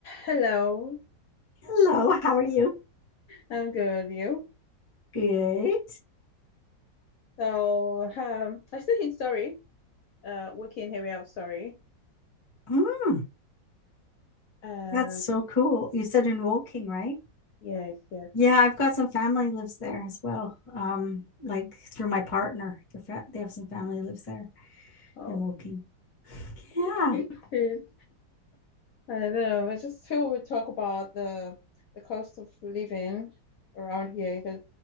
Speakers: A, on the left; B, on the left.
A: Hello,
B: Hello, how are you?
A: I'm good. You?
B: Good.
A: So, um, i still in Surrey, uh, working area of Surrey.
B: Mm,
A: Um,
B: that's so cool. You said in Woking, right?
A: yes, yes.
B: Yeah,
A: and-
B: I've got some family lives there as well. Um, like through my partner, the fa they have some family lives there
A: Oh,
B: in Woking. Yeah.
A: <laughs> I don't know. I just feel we talk about the the cost of living around here because